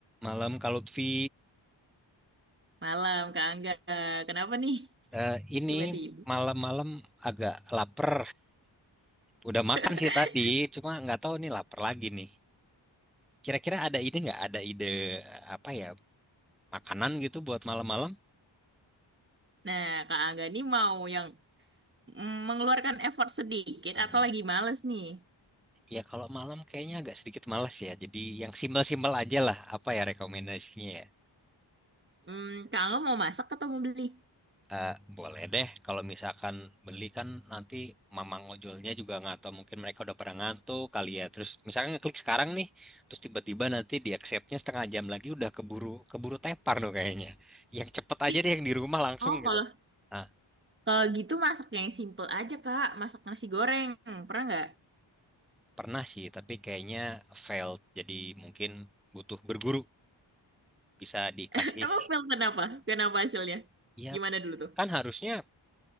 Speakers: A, in the centre; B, on the right.
A: Malam Kak Lutfi,
B: Malam, Kak Angga. Kenapa nih?
A: Eh, ini
B: Tiba-tiba.
A: malam-malam agak lapar. Udah makan
B: <laughs>
A: sih tadi, cuma nggak tahu nih lapar lagi nih. Kira-kira ada ide nggak? Ada ide eh, apa ya makanan gitu buat malam-malam?
B: Nah, Kak Angga nih mau yang mm, mengeluarkan effort sedikit
A: Hmm,
B: atau lagi males nih?
A: Ya kalau malam kayaknya agak sedikit malas ya. Jadi yang simpel-simpel aja lah. Apa ya rekomendasinya? ya?
B: Hmm, Kak Angga mau masak atau mau beli?
A: Eh, boleh deh, kalau misalkan beli kan nanti mamang ojolnya juga nggak tahu mungkin mereka udah pernah ngantuk kali ya. Terus misalkan ngeklik sekarang nih, terus tiba-tiba nanti di accept-nya setengah jam lagi udah keburu keburu tepar dong kayaknya. Yang cepet aja
B: <laughs>
A: deh yang di rumah langsung
B: Oh, kalau
A: gitu. Nah,
B: kalau gitu masak yang simple aja, Kak. Masak nasi goreng. Pernah nggak?
A: pernah sih, tapi kayaknya failed. Jadi mungkin butuh berguru bisa dikasih.
B: <laughs> Emang Phil kenapa? Kenapa hasilnya?
A: Ya,
B: Gimana dulu tuh?
A: kan harusnya